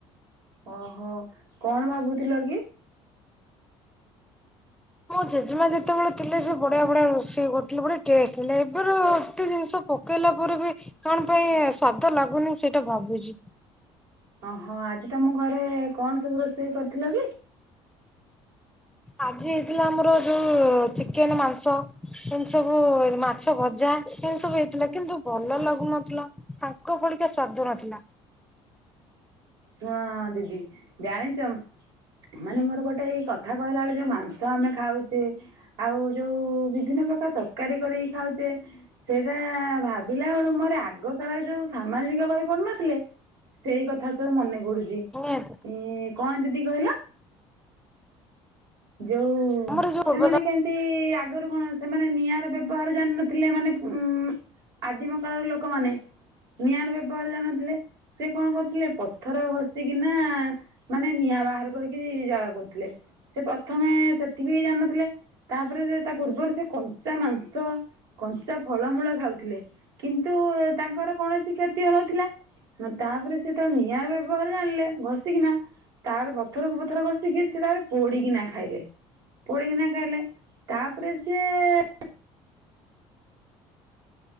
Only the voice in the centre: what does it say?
ମୋ ଜେଜେମା ଯେତେବେଳେ ଥିଲେ ସେ ବଢିଆ ବଢିଆ ରୋଷେଇ କରୁଥିଲେ ବଢିଆ ଟେଷ୍ଟ ଥିଲା ଏବେ ର ଏତେ ଜିନିଷ ପ ପକେଇଲା ପରେ ବି କଣ ପାଇଁ ସ୍ଵାଦ ଲାଗୁନି ମୁଁ ସେଇଟା ଭାବୁଛି।
ଆଜି ହେଇଥିଲା ଆମର ଯୋଉ ଚିକେନ, ମାଂସ। ଏମିତି ସବୁ ମାଛ ଭଜା ଏମିତି ସବୁ ହେଇଥିଲା କିନ୍ତୁ ଭଲ ଲାଗୁନଥିଲା। ତାଙ୍କ ପରିକା ସ୍ଵାଦ ନଥିଲା।
<unintelligible>
ଆମର ଯୋଉ
ପୂର୍ବତ